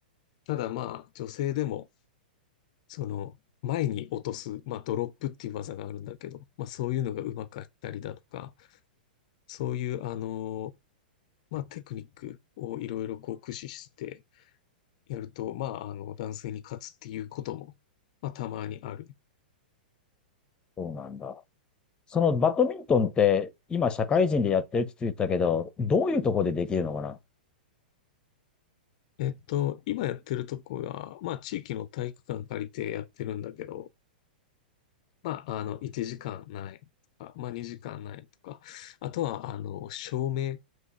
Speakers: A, on the left; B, on the left.
A: ただまあ女性でも、その、前に落とす、まあドロップっていう技があるんだけど、まあそういうのが上手かったりだとか、そういう、あの、まあテクニックをいろいろこう駆使してやると、まああの男性に勝つっていうことも、まあ、たまにあるね
B: そうなんだ。そのバドミントンって今社会人でやってるって言ったけど、どういうところでできるのかな。
A: えっと、今やってるとこが、まあ、地域の体育館借りてやってるんだけど、まあ、あの、1時間何円とか、まあ、2時間何円とか、あとは、あの、照明